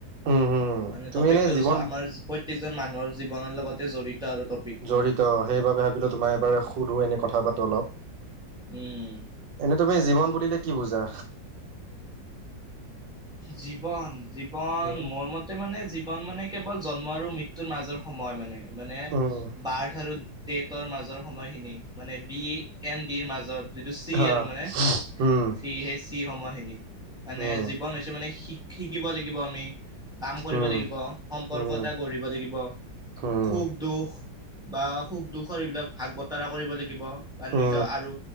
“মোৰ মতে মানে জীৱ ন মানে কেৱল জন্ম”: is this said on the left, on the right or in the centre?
Centre